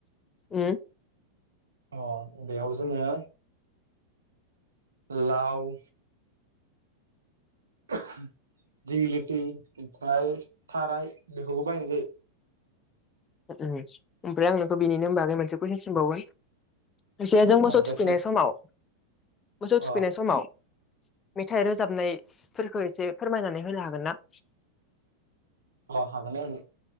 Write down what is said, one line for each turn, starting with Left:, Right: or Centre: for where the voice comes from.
Left: हो
Right: अ बेयाव जोङो। लाउ <inaudible> दिगिति ओमफ्राय थाराय बेफोरखौ बायनाय जायो।
Left: ओमफ्राय आं नोंखौ बिनिनो बागै मोनसे कुइसन सोंबावगोन <unintelligible> जों मोसौ
Right: अ दे
Left: थुखैनाय
Right: सों
Left: समाव मोसौ
Right: अ
Left: थुखैनाय समाव मेथाइ रोजाबनायफोरखौ एसे फोरमायनानै होनो हागोन ना?
Right: अ हागोन